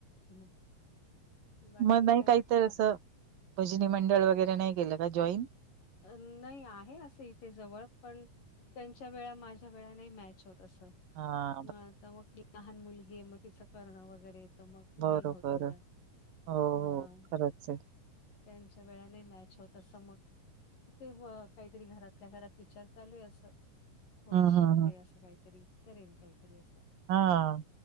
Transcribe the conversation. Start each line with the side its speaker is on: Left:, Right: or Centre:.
Left: <unintelligible>
Right: मग नाही
Left: काय
Right: काहीतर
Left: चा
Right: असं, भजनी मंडळ वगैरे नाही गेलं का जॉईन?
Left: अ नाही, आहे असं इथे जवळ पण त्यांच्या वेळा माझ्या वेळा नाही मॅच होत असं.
Right: हा
Left: मग आता मग लहान मुलगी आहे, मग तिचं करणं वगैरे तर मग
Right: बरोबर.
Left: नाही होत एवढं.
Right: हो
Left: हां.
Right: हो, खरंच आहे.
Left: त्यांच्या वेळा नाही मॅच होत असं मग. ते काहीतरी घरातल्या घरात विचार चालूय आहे असं, थोडशी
Right: हं, हं,
Left: ते
Right: हं.
Left: असं काहीतरी, करेन काहीतरी असं.
Right: हा